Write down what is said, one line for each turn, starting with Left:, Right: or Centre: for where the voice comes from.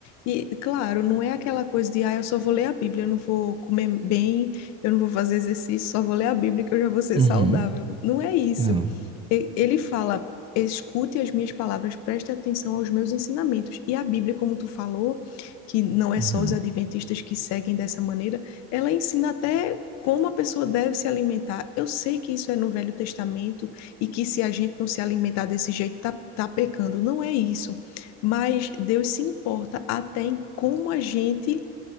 Left: E claro, não é aquela coisa de, ah, eu só vou ler a Bíblia, eu não vou comer bem, eu não vou fazer exercício, só vou ler a Bíblia que eu já vou ser
Right: Uhum.
Left: saudável. Não é isso.
Right: Não.
Left: E- Ele fala, escute as minhas palavras, preste atenção aos meus ensinamentos. E a Bíblia, como tu falou, que não é
Right: Uhum.
Left: só os adventistas que seguem dessa maneira, ela ensina até como a pessoa deve se alimentar. Eu sei que isso é no Velho Testamento e que se a gente não se alimentar desse jeito, tá, tá pecando. Não é isso mas Deus se importa até em como a gente